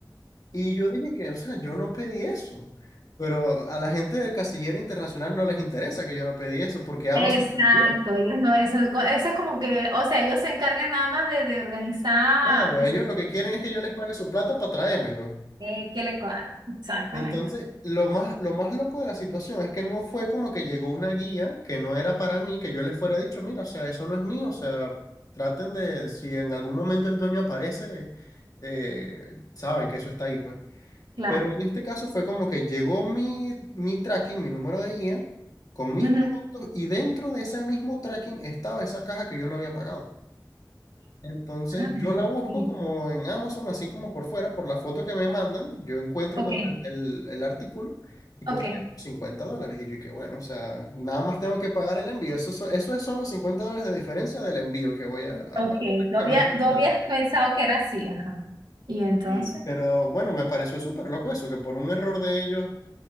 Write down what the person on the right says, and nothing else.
Exacto,
ellos no, eso, eso es como que, o sea, ellos se encargan nada más de, de organizar,
que
se
eh, que le cuadre. Exactamente.
Claro.
Ujú.
Ay,
sí.
Ok,
ok,
ok.
Tú habías,
tú habías pensado que era así, ajá. Y entonces,